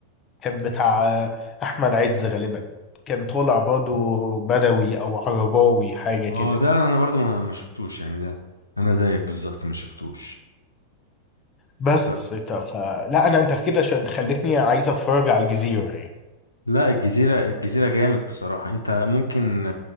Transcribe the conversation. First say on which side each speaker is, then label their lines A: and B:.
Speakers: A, on the left; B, on the left.
A: كان بتاع آه، احمد عز غالبا كان طالع برضه بدوي او عرباوي حاجه كده
B: اه ده انا برضو ما ما شفتوش يعني ده انا زيك بالظبط ما شفتوش
A: بس
B: ف-
A: ت- فلا انا انت كده ش- خلتني عايز اتفرج على الجزيره يعني
B: لا الجزيرة الجزيرة جامد بصراحة انت ممكن